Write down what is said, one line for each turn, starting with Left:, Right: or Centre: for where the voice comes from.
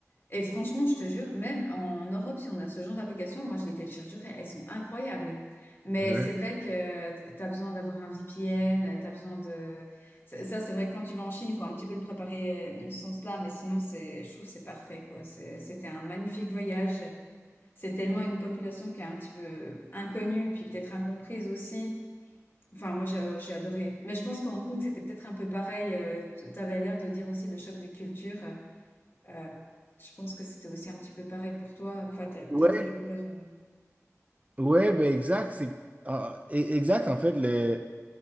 Left: Et franchement, je te jure, même en Europe, si on a ce genre d'application, moi, je les téléchargerais, elles sont incroyables. Mais
Right: Ouais,
Left: c'est vrai que tu as besoin d'avoir un VPN, tu as besoin de... Ça, ça, c'est vrai que quand tu vas en Chine, il faut un petit peu le préparer euh, dans ce sens-là, mais sinon, c'est, je trouve que c'est parfait, quoi. C'est- C'était un magnifique voyage. C'est tellement une population qui est un petit peu inconnue, puis peut-être incomprise aussi. Enfin, moi, j'ai j'ai adoré. Mais je pense qu'à Hong Kong, c'était peut-être un peu pareil. tu avais l'air de dire aussi le choc des cultures. Euh, je pense que c'était aussi un petit peu pareil pour toi. Enfin, t'as- peut-être
Right: ouais,
Left: t'as découvert. euh,
Right: ouais, ben exact. C'est, en- e- exact, en fait. Le,